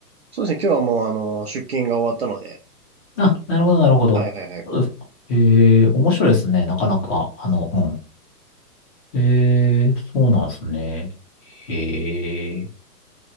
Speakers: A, on the right; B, on the left.
A: そうですね。今日はもう、あの、出勤が終わったので、
B: <laughs> あ、なるほど、なるほど。
A: はいはいはい。
B: そうですかえー、面白いですね。なかなか、あの、うんええ、そうなんですね。へえ。